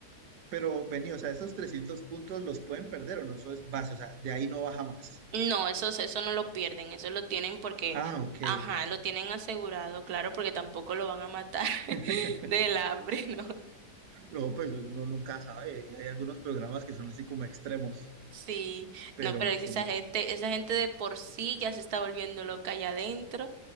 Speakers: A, on the right (about 80°); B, on the right (about 70°).
A: pero vení, o sea, esos 300 puntos los pueden perder o no, eso es base, o sea, de ahí no baja más.
B: No, eso, eso no lo pierden, eso lo tienen porque,
A: Ah, ok.
B: ajá, lo tienen asegurado, claro, porque tampoco lo van a matar
A: <laughs>
B: <laughs> del hambre, ¿no?
A: No, pues uno nunca sabe, hay algunos programas que son así como extremos,
B: Sí,
A: pero
B: no, pero
A: ok.
B: es que esa gente, esa gente de por sí ya se está volviendo loca allá adentro.